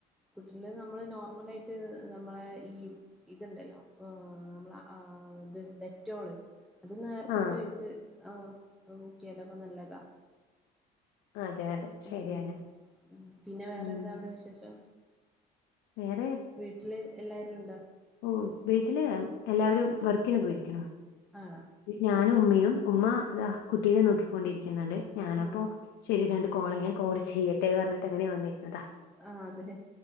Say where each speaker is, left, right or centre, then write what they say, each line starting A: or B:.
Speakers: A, in the centre; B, on the left.
A: കുട്ടികളില് നമ്മള് നോർമൽ ആയിട്ട് നമ്മളെ ഈ ഇതുണ്ടല്ലോ നമ്മളെ ആ ഇത് ഡെറ്റോള് അത് നേർപ്പിച്ചോച്ച്
B: ആ
A: ആ മുക്കിയാലൊക്കെ നല്ലതാ
B: അതെ അതെ ശരിയാണ്
A: ഉം ഉം ഉം പിന്നെ വേറെന്താ
B: ഉം
A: അവിടെ വിശേഷം
B: വേറെ
A: വീട്ടില് എല്ലാരും ഉണ്ടാ
B: ഓഹ് വീട്ടില് എല്ലാവരും വർക്കിന് പോയിരിക്കണു
A: ആണോ
B: ഞാനും ഉമ്മയും ഉമ്മതാ കുട്ടീനെ നോക്കിക്കൊണ്ടിരിക്കുന്നുണ്ട് ഞാനപ്പോ
A: ആഹ്
B: ശെരി രണ്ട് കോളിങ്ങൻ കോൾ ചെയ്യട്ടെ പറഞ്ഞിട്ട് അങ്ങനെ വന്നിരുന്നതാ
A: ആഹ് അതെ